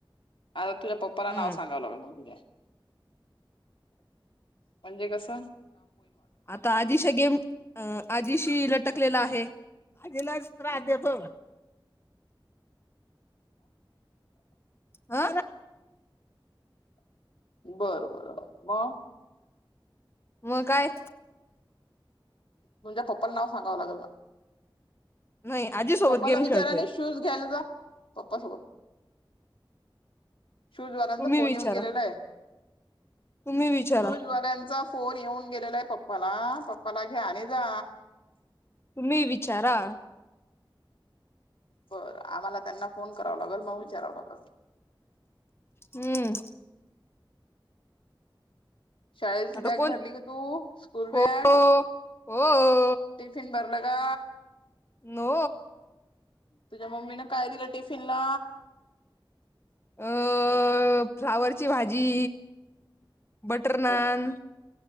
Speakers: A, on the left (about 85°); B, on the left (about 30°).
A: आता तुझ्या पप्पाला
B: हम्म
A: नाव सांगावं लागेल मग तुझे... म्हणजे कस...
B: आता आजिश गेम, अ आ... आज्जीशी लटकले आहे, आज्जीलाच त्रास देतो. आ,
A: बरबर, मग?
B: मग काय
A: तुझ्या पप्पाला नाव सांगावं लागेल ना,
B: नाही आजी सोबत
A: पप्पाला
B: गेम
A: विचारानी
B: खेळतोय
A: शूज घ्यायला जा पप्पासोबत, शूजवाल्यांचा
B: तुम्ही
A: फोन
B: विचारा
A: येऊन गेलेला आहे.
B: तुम्ही विचारा
A: शूज वाल्यांचा फोन येऊन गेलेला आहे पप्पाला, पप्पाला घ्या आणि जा.
B: तुम्ही विचारा
A: बरं आम्हाला त्यांना फोन कराव लागेल मग विचाराव लागेल.
B: हम्म.
A: शाळेची
B: आता
A: बॅग
B: कोण
A: भरली का तू? स्कूल
B: हो
A: बॅग.
B: हो.
A: टिफिन भरलं का?
B: नो.
A: तुझ्या मम्मीने काय दिलं टिफिनला?
B: अ फ्लावरची भाजी बटर
A: हो
B: नान.
A: का